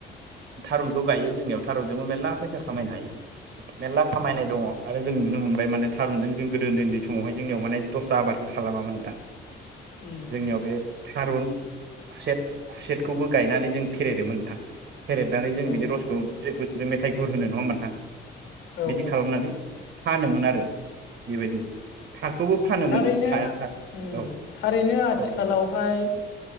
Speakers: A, on the right; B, on the left.
A: थारुनखौ गायो जोंनियाव थारुनजोंबो मेल्ला फैसा खामायनो हायो। मेलला खामायनाय
B: उम
A: दङ आरो जों नुनो मोनबाय मान थारुनजों जों गोदो उन्दै उन्दै समावहाय जोंनियाव माने दस्रा आबादखौ खालामामोन नोंथां।
B: उम
A: जोंनियाव बे थारुन खुसेट खुसेटखौबो गायनानै जों फेरायदोमोन नोंथां। फेरेबनानै जों
B: औ
A: बिनि रसखौ जेखौ जों मेथाइ गुर होनो नङा होमबा नोंथां
B: औ
A: बिदि
B: औ
A: खालामनानै फानोमोन आरो बेबायदि। थाखौबो फानोमोन
B: थारैनो
A: थाया था
B: ओम
A: औ
B: थारैनो आथिखालावहाय
A: औ नोंथां